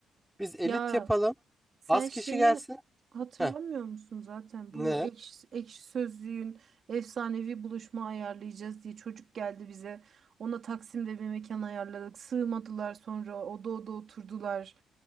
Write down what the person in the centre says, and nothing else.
Biz elit
yapalım.
Az
kişi gelsin.
Heh,
ne?